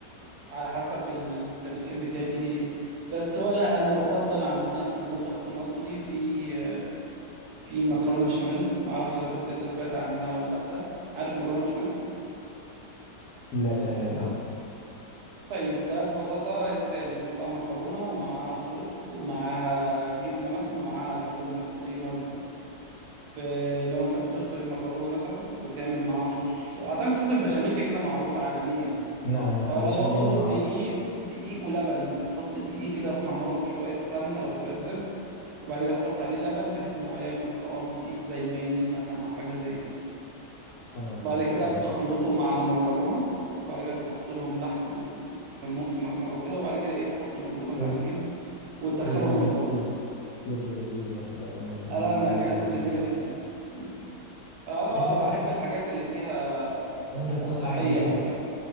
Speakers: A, on the right (about 70°); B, on the left (about 70°).
A: على حسب ال- انت بتحب تعمل ايه بس هو لا انا بفضل عندنا في المطبخ المصري في آه، في مكرونة بشاميل معرفش اذا كنت انت سمعت عنها ولا لا عارف مكرونة بشاميل
B: لا فعلا لا
A: طيب ده ببساطة انت يعني بتبقى مكرونة ومعاها صوص ومعاها جبنة مثلا ومعاها لحوم مثلا اي نوع لحوم ب... لو مثلا بتسلق المكرونة مثلا وتعمل معاها صوص اعتقد صوص البشاميل كده كده معروف عالميا يعني
B: نعم نعم
A: فلو
B: بشاميل
A: صوص
B: هي معروفة
A: دقيق دقيق ولبن بتحط الدقيق كده تحمره في شوية سمنة او شوية زبد وبعد كده تحط عليه لبن بحيث ان هو يعمل قوام تقيل زي المايونيز مثلا او حاجة زي كده
B: تمام
A: وبعد
B: يا صديقي
A: كده بتخلطه مع المكرونة وبعد كده تحط لهم لحم و- وفي النص مثلا او كده وبعد كده ايه تحط من فوق مثلا
B: يبدو,
A: جبن وتدخلهم
B: يبدو لذيذ
A: الفرن
B: يبدو لذيذ يا صديقي من
A: آه، لا
B: من
A: من الاكلات
B: من الوصف
A: الجميلة
B: له
A: جدا مم. انا اه
B: عندكم
A: بحب الحاجات اللي فيها
B: عندكم
A: تبقى صحية
B: الطعمية كذلك
A: اكتر يعني.